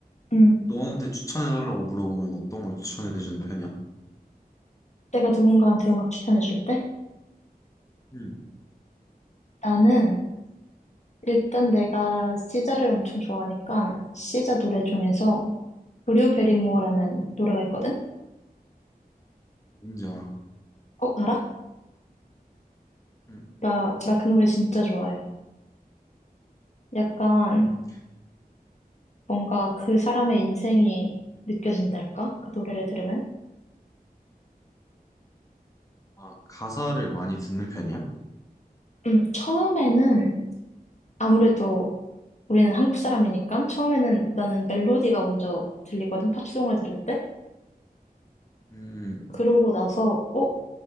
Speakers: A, on the left; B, on the left.
A: 응.
B: 너한테 추천해달라고 물어보면 어떤 걸 추천해주는 편이야?
A: 내가 누군가한테 음악 추천해줄 때
B: 음,
A: 나는 일단 내가 시자를 엄청 좋아하니까 시자 노래 중에서 브류 베리모어라는 노래가 있거든?
B: 뭔지 알아.
A: 어, 알아?
B: 음.
A: 나, 나 그 노래 진짜 좋아해. 약간
B: 음.
A: 뭔가 그 사람의 인생이 느껴진달까? 그 노래를 들으면?
B: 아, 가사를 많이 듣는 편이야?
A: 음, 처음에는 아무래도 우리는 한국 사람이니까 처음에는 나는 멜로디가 먼저 들리거든, 팝송을 들을 때.
B: 음,
A: 그러고 나서, 어?